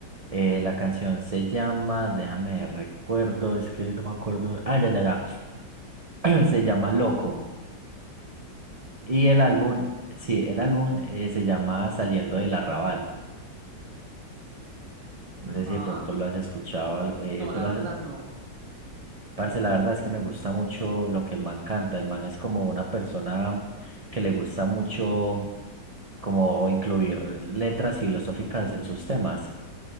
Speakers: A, on the right; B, on the right.
A: Eh, la canción se llama, déjame recuerdo, es que no me acuerdo. Ah, ya, ya, ya. <clears throat> Se llama Loco. Y el
B: Lo.
A: álbum, sí, el álbum eh, se llama Saliendo del Arrabal. No sé
B: Ajá.
A: si de pronto lo has escuchado, al- eh,
B: No,
A: pero
B: la verdad
A: has-
B: no.
A: parce, la verdad es que me gusta mucho lo que el man canta. El man es como una persona que le gusta mucho como incluir letras filosóficas en sus temas.